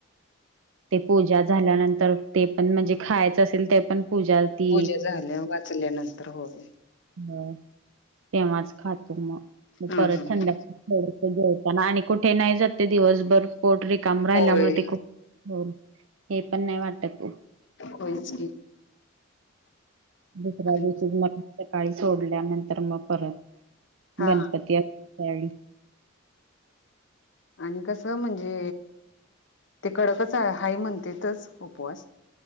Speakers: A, on the right; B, on the left.
A: ते पूजा झाल्यानंतर ते पण म्हणजे खायचं असेल ते पण पूजा ती
B: पूजा झाल्यावर वाचल्यानंतर होय
A: हो तेव्हाच खातो मग मग
B: हा हा
A: परत
B: हा.
A: जेवताना आणि कुठे नाही जाते दिवसभर पोट रिकाम राहिल्यामुळे
B: होय
A: तेठ हो हे पण नाही वाटत
B: होयच की
A: दुसऱ्या
B: आणि
A: दिवशी मग सकाळी सोडल्या नंतर मग परत
B: हा
A: गणपती ताई डी
B: आणि कसं म्हणजे ते कडकच आहे हाय म्हणतेच उपवास